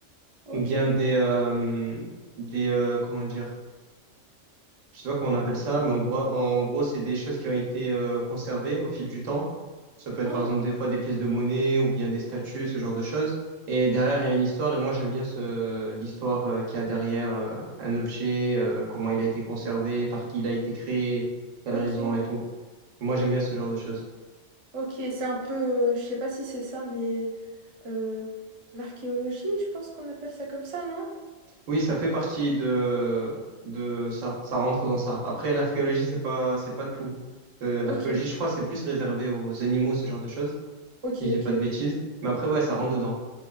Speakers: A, on the right (about 50°); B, on the right (about 75°).
A: ok,
B: ou bien des, euh, des, euh, comment dire, je sais pas comment on appelle ça, mais en gros, en gros, c'est des choses qui ont été euh, conservées au fil du temps. Ça peut être
A: ah,
B: par exemple des fois des pièces de monnaie ou bien des statues, ce genre de choses. Et derrière, il y a une histoire, et moi j'aime bien ce, l'histoire euh, qu'il y a derrière euh, un objet, euh, comment il a été conservé, par qui il a été créé, quelle
A: ok,
B: raison et tout. Moi j'aime bien ce genre de choses.
A: ok, c'est un peu, euh, je sais pas si c'est ça, mais euh, l'archéologie, je pense qu'on appelle ça comme ça, non?
B: Oui, ça fait partie de, de ça, ça rentre dans ça. Après, l'archéologie, c'est pas, c'est pas tout. Euh,
A: Ok,
B: l'archéologie, je crois, c'est plus réservé aux animaux, ce genre de choses.
A: ok,
B: si je dis
A: ok.
B: pas de bêtises. Mais après, ouais, ça rentre dedans.